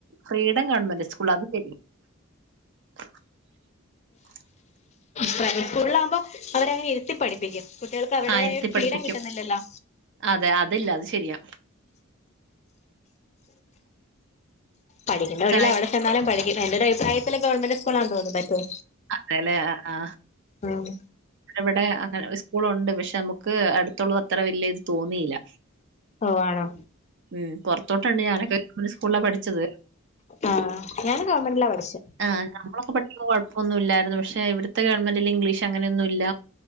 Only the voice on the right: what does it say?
ഫ്രീഡം ഗവൺമെന്റ് സ്കൂള് അത് ശരി. <unintelligible>
ആഹ് ഇരുത്തി
പഠിപ്പിക്കും
അതെ അതില്ല അത് ശരിയാ
ചായക്ക്
അതെ ലെ ആ ആ
ന വിടെ അങ്ങന ഉസ്കൂളോണ്ട് പഷെ അമക്ക് അടുത്തുള്ളത് അത്ര വെല്യ ത് തോന്നില.
മ് പോർത്തോട്ടെന്നെ യാണ് ക് <unintelligible> സ്കൂള പഠിച്ചത്
ആ നമ്മളൊക്കെ പഠികുമ്പോ കോഴ ഒന്നു ഇല്ലായിരുന്നു പഷെ വിട് ത്തെ ഗവൺമെന്റില് ഇംഗ്ലീഷ് അങ്ങനെയൊന്നുല്ല